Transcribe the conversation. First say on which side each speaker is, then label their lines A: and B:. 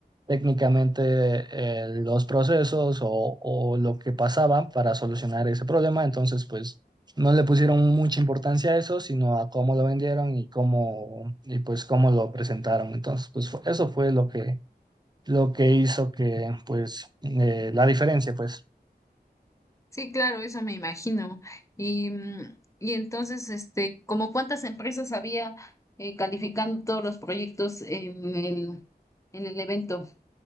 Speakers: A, on the right (about 25°); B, on the left (about 20°).
A: técnicamente eh, los procesos o, o lo que pasaba para solucionar ese problema. Entonces, pues no le pusieron mucha importancia a eso, sino a cómo lo vendieron y cómo, y pues cómo lo presentaron. Entonces, pues fu- eso fue lo que, lo que hizo que, pues, eh, la diferencia, pues.
B: Sí, claro, eso me imagino. Y, mm, y entonces, este, ¿como cuántas empresas había eh, calificando todos los proyectos en el, en el evento?